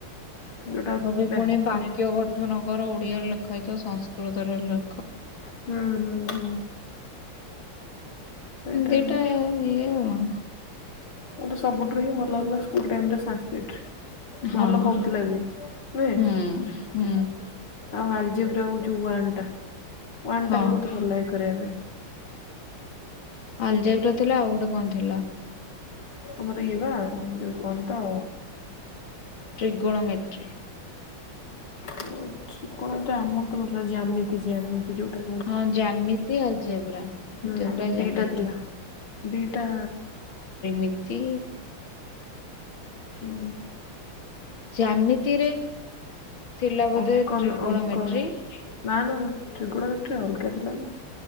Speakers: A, on the left; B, on the left.
A: ଯୋଉଟା
B: ତ ବି
A: ବ୍ୟାକ
B: ପୁଣି ବାକ୍ୟ ଗଠନ କର ଓଡିଆରେ ଲେଖା ହେଇଥ ସଂସ୍କୃତରେ ଲେ
A: ହୁଁ ହୁଁ ହୁଁ। ସେଇଟା
B: ଦି
A: ବି
B: ଟା ଇଏ ଆଉ।
A: ମତେ ସବୁଠୁ ହିଁ ଭଲ ଲାଗୁଥିଲା ସ୍କୁଲ ଟାଇମ୍ ରେ ସାଂକ୍ରିଟ୍। ଭଲ
B: ହଁ
A: ହଉଥିଲା ବି ନୁହେଁ।
B: ହୁଁ ହୁଁ
A: ଆଉ ଆଲ୍ଜେବେରା ହଉଛି ୱାନ ଟା ୱାନ
B: ହଁ
A: ଟା ବି ମତେ ଭଲ ଲାଗେ କରିବା ପାଇଁ।
B: ଆଲଜେବରା ଥିଲା ଆଉ ଗୋଟେ କଣ ଥିଲା।
A: ଆମର ଇଏ ବା ଯୋଉ କଣ ତ?
B: ଟ୍ରିଗୁଣ ମେଟ୍ରି।
A: ଟ୍ରିଗୋଣ ଟା ଆମର ତ <unintelligible> ଯ୍ୟାମିତି ଯ୍ୟାମିତି ଯୋଉ।
B: ହଁ ଜ୍ୟାମିତି ଆଲଜେବ୍ରା
A: ହୁଁ
B: ଆଲଜେବ୍ରା ଜ୍ୟାମିତି
A: ଦିଟା ଥିଲା। ଦିଇଟା
B: ମିତି।
A: ହୁଁ।
B: ଜ୍ୟାମିତିରେ ଥିଲା ବୋଧେ
A: ଅଙ୍କନ
B: ଟ୍ରିଗୋଣମେଟ୍ରି
A: ଅଙ୍କନ ନା ନା ନା। ଟ୍ରିଗୁଣମେଟ୍ରୀ ରେ ଅଲଗା ଥିଲା ନା